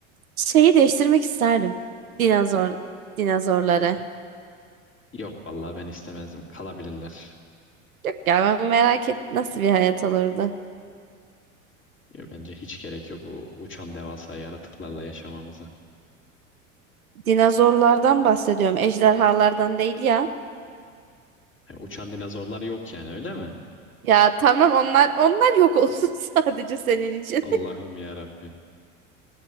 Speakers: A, on the right; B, on the left.
A: Şeyi değiştirmek isterdim. Dinozor, dinozorları.
B: Yok vallahi ben istemezdim. Kalabilirler.
A: Yok ya ben merak et nasıl bir hayat olurdu.
B: Ya Bence hiç gerek yok o uçan devasa yaratıklarla yaşamamıza.
A: Dinozorlardan bahsediyorum. Ejderhalardan değil ya.
B: Yani uçan dinozorlar yok yani öyle mi?
A: Ya tamam onlar onlar yok olsun <laughs> sadece senin için.
B: Allah'ım ya Rabbim.